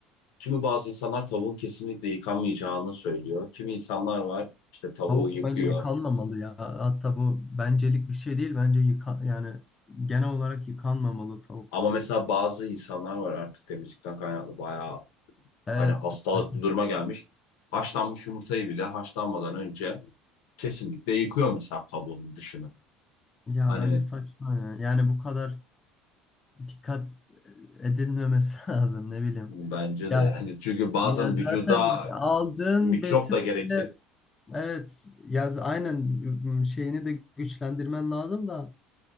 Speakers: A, on the left (about 75°); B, on the left (about 20°).
A: Kimi bazı insanlar tavuğun kesinlikle yıkanmayacağını söylüyor. Kimi insanlar var işte tavuğu
B: Tavuk
A: yıkıyor.
B: bence yıkanmamalı ya. Hatta bu bencelik bir şey değil. Bence yıka yani genel olarak yıkanmamalı tavuk.
A: Ama mesela bazı insanlar var artık temizlikten kaynaklı bayağı hani
B: Evet.
A: hastalıklı
B: <laughs>
A: duruma gelmiş. Haşlanmış yumurtayı bile haşlanmadan önce kesinlikle yıkıyor mesela kabuğunun dışını.
B: Ya
A: Hani
B: bence saçma ya. Yani bu kadar dikkat edilmemesi <laughs> lazım ne bileyim.
A: Bence
B: Ya
A: de yani çünkü bazen
B: Ya zaten
A: vücuda
B: aldığın
A: Mikrop
B: besin
A: da gerekir
B: bile evet ya z- aynen ım, şeyini de güçlendirmen lazım da